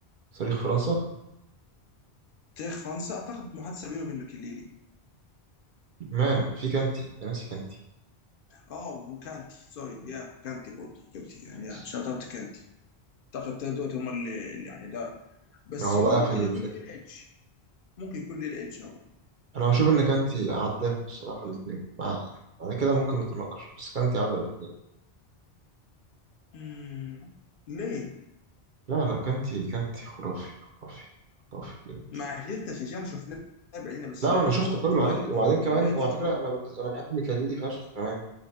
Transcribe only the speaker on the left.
تاريخ فرنسا اعتقد محادثه بينه وبين ماكليلي
اه وكانتي سوري يا كانتي برضه كانتي يعني
يا شوت اوت كانتي اعتقد التلاتة دول هم اللي اللي يعني ده بس
هو
ممكن
يكون
ليه
الايدج ممكن يكون ليه الايدج هو
مم. ليه؟
ما عشان انت شجعنا شفناه بعينينا بس
لو
انت
برضه
هتتكلم
عن اللي
انت
شفته